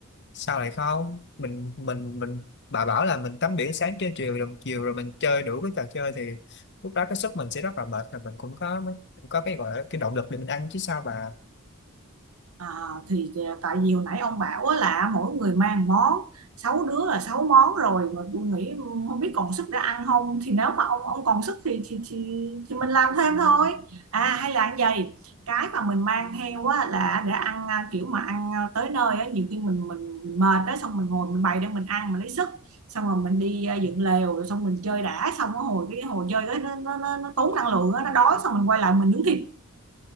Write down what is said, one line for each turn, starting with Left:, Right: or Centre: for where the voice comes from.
Left: sao lại không mình mình mình bà bảo là mình tắm biển sáng chơi chiều đồng chiều rồi mình chơi đủ cái trò chơi thì lúc đó cái sức mình sẽ rất là mệt là mình cũng có cũng có cái gọi là cái động lực để mình ăn chứ sao bà
Right: À, thì à, tại vì hồi nãy ông bảo á là mỗi người mang món sáu đứa là sáu món rồi mà tôi nghĩ ừ, không biết còn sức để ăn không thì nếu mà ông ông còn sức thì thì thì, thì mình làm thêm thôi à hay là như vậy cái mà mình mang theo á là để ăn à, kiểu mà ăn à, tới nơi á nhiều khi mình mình mình mệt đó xong mình ngồi mình bày để mình ăn mình lấy sức xong rồi mình đi à, dựng lều rồi xong mình chơi đã xong cái hồi cái hồi chơi đó, nó, nó, nó, nó tốn năng lượng á nó đói xong mình quay lại mình nướng thịt